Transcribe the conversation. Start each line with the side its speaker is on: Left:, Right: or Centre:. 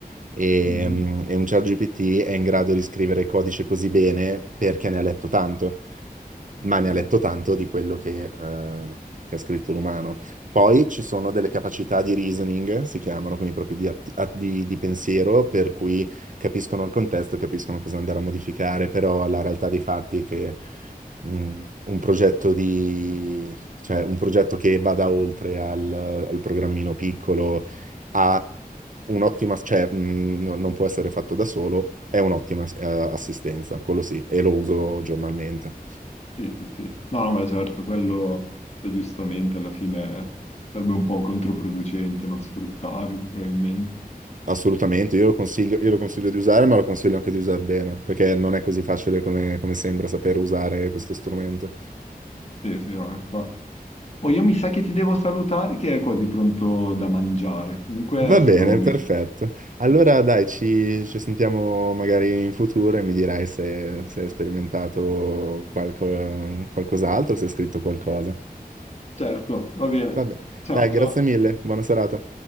Right: e,
Left: mhm.
Right: mm, e un ChatGPT è in grado di scrivere codice così bene perché ne ha letto tanto, ma ne ha
Left: Eh,
Right: letto tanto di quello che, eh, che ha scritto l'umano. Poi ci sono delle capacità di reasoning, si chiamano, quindi proprio di, atti- a- di- di pensiero, per cui capiscono il contesto, capiscono cosa andare a modificare, però la realtà dei fatti è che mh, un progetto di, cioè un progetto che vada oltre al, al programmino piccolo ha un'ottima, cioè mh, non non può essere fatto da solo, è un'ottima eh, assistenza, quello sì, e lo uso giornalmente.
Left: Sì, sì, sì. No, no, ma certo, quello, cioè, giustamente alla fine eh, sarebbe un po' controproducente non sfruttarlo, probabilmente.
Right: Assolutamente, io lo consiglio, io lo consiglio di usare, ma lo consiglio anche di usare bene, perché non è così facile come, come sembra saper usare questo strumento.
Left: Sì, sì, no, infatti. Oh, io mi sa che ti devo salutare che è quasi pronto da mangiare. Comunque
Right: Va
Left: è stato
Right: bene,
Left: me.
Right: perfetto. Allora dai, ci, ci sentiamo magari in futuro e mi dirai se, se hai sperimentato qualco- qualcos'altro, se hai scritto qualcosa.
Left: Certo, va bene.
Right: Vabbè,
Left: Ciao,
Right: dai, grazie
Left: ciao.
Right: mille, buona serata.